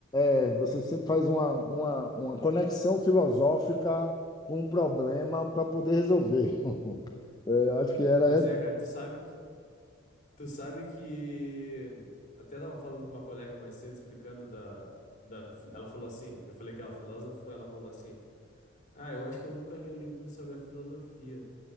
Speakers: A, on the left; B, on the left.
A: é, Você sempre faz uma, uma, uma conexão filosófica com um problema para poder resolver. <laughs> É, acho que era
B: Pois
A: essa.
B: é, cara, tu sabe que. Tu sabe que até tava falando com uma colega mais cedo, explicando da, da. Ela falou assim, eu falei que ela é filósofa, ela falou assim, ah, eu acho que eu nunca li um livro sobre a filosofia,